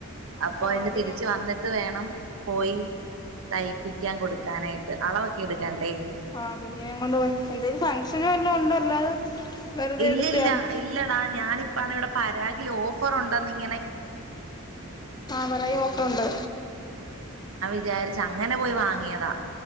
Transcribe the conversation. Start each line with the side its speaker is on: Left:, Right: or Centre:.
Right: അപ്പൊ
Left: ആഹ്
Right: അതിന്
Left: അവര്
Right: തിരിച്ച വന്നിട്ട് വേണം പോയി തയ്പ്പിക്കാൻ കൊടുക്കും എടുക്കാനായിട്ട് അളവൊക്കെ എടുക്കണ്ടേ
Left: ആ കുഞ്ഞിനെ കൊണ്ട് പോയി എന്തേും ഫംഗഷനും എല്ലാം ഉണ്ടോ അല്ലാതെ- വെറുതെ
Right: ഇല്ലല്ല
Left: എടുത്തയാന്നോ
Right: ഇല്ലടാ ഞാനിപ്പ ഇവിടെ- പരാഗിൽ ഓഫർ ഉണ്ട നി-
Left: ആ പറയൂ ഓഫറുണ്ട്
Right: വിചാരിച്ച അങ്ങനെ പോയി വാങ്ങിയതാ